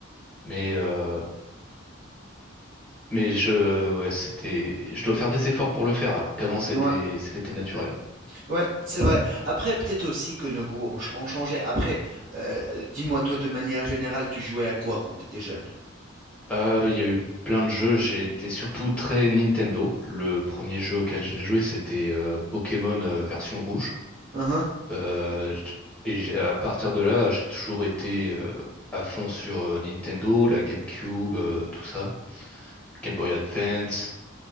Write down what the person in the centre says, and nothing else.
Mais, euh, mais je, ouais, c'était, je dois faire des efforts pour le faire, alors qu'avant, c'était,
c'était naturel.
Euh, il y a eu plein de jeux. J'étais surtout très Nintendo. Le premier jeu auquel j'ai joué, c'était euh, Pokémon euh, version rouge.
Euh, j- et j'ai- à partir de là, j'ai toujours été euh, à fond sur euh, Nintendo, la GameCube, euh, tout ça, Game Boy Advance.